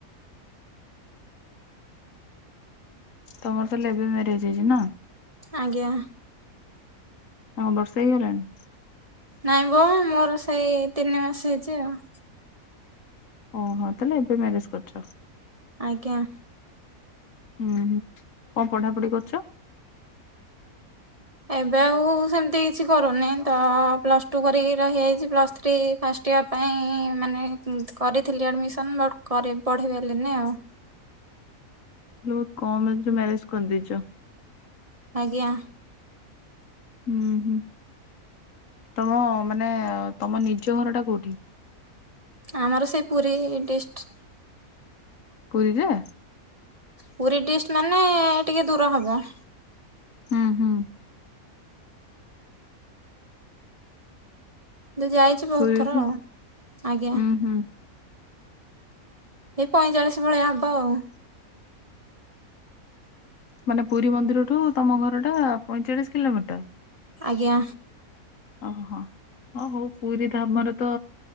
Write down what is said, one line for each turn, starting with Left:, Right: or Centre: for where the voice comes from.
Left: ତମର ତାହଲେ ଏବେ ମ୍ୟାରେଜ ହେଇଛି ନା
Right: ଆଜ୍ଞା।
Left: ହଁ ବର୍ଷା ହେଇଗଲାଣି?
Right: ନାଇଁ ବୋ ମୋର ସେଇ ତିନି ମାସ ହେଇଚି ଆଉ।
Left: ଓହୋ ତାହେଲେ ଏବେ ମ୍ୟାରେଜ କରିଚ?
Right: ଆଜ୍ଞା।
Left: ହୁଁ କଣ ପଢାପଢି କରୁଚ?
Right: ଏବେ ଆଉ ସେମିତି କିଛି କରୁନି, ତ ପ୍ଲସ ଟୁ କରିକି ରହିଯାଇଚି, ପ୍ଲସ ଥ୍ରୀ ଫା ପାଈଁ ମାନେ କରିଥିଲି ଆଡିମିସନ୍ ବଟ ପଢ଼ି ପାରିଲିନି ଆଉ।
Left: ଖୁବ୍ କମ ଏଜ୍ ରେ ମ୍ୟାରେଜ କରିଦେଇଚ।
Right: ଆଜ୍ଞା।
Left: ହୁଁ, ହୁଁ। ତମ ମାନେ ତମ ନିଜ ଘର ଟା କୋଉଠି?
Right: ଆମର ସେଇ ପୁରୀ ଡିଷ୍ଟ
Left: ପୁରୀରେ
Right: ପୁରୀ ଡିଷ୍ଟ ମାନେ ଟିକେ ଦୂର ହବ।
Left: ହଁ।
Right: ଯାଇଚି ବୋହୁତ
Left: ପୁରୀରୁ
Right: ଥର ଆଉ ଆଜ୍ଞା।
Left: ହୁଁ ହୁଁ
Right: ଏଇ ପଇଁଚାଳିଶ ଭଳିଆ ହବ ଆଉ।
Left: ମାନେ ପୁରୀ ମନ୍ଦିରଠୁ ତମ ଘର ଟା ପଇଁଚାଳିଶ କିଲୋମିଟର।
Right: ଆଜ୍ଞା।
Left: ଓହୋ ହ ହୋଉ ପୁରୀ ଧାମରେ ତ